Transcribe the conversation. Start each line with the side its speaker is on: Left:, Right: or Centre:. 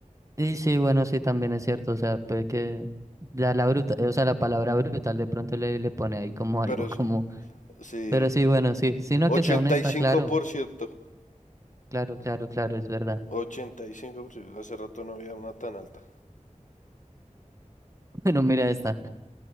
Right: y sí, bueno, sí, también es cierto, o sea, puede que ya la bruta, eh, o sea, la palabra brutal de pronto le, le pone ahí como algo
Left: Pero eso,
Right: como,
Left: sí,
Right: pero sí, bueno, sí, sino
Left: 85%,
Right: que sea honesta, claro, claro, claro, claro, es verdad.
Left: 85%, hace rato no había una tan alta.
Right: <laughs> Bueno, mira esta.